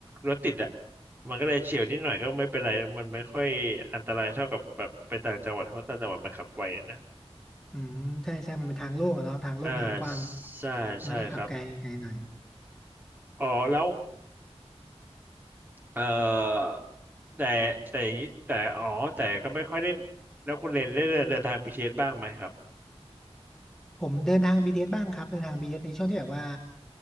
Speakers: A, on the right (about 15°); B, in the centre.
A: รถติดอะมันก็เลยเฉียวนิดหน่อยก็ไม่เป็นไรมันไม่ค่อยอันตรายเท่ากับแบบไปต่างจังหวัดเพราะต่างจังหวัดมันขับไวนะ
B: อืมใช่ใช่มันเป็นทางโล่งอะเนาะทางโล่งทางกว้างมันก็ขับมันก็จะขับไกลไกลหน่อย
A: อ่าใช่ใช่ครับอ๋อแล้วเอ่อ แต่แต่อย่างนี้แต่อ๋อแต่ก็ไม่ค่อยได้แล้วคุณเรนได้เดินเดินทางไปเศษบ้างไหมครับ
B: ผมเดินทางบีทีเอสบ้างครับเดินทาง BTS ในช่วงที่แบบว่า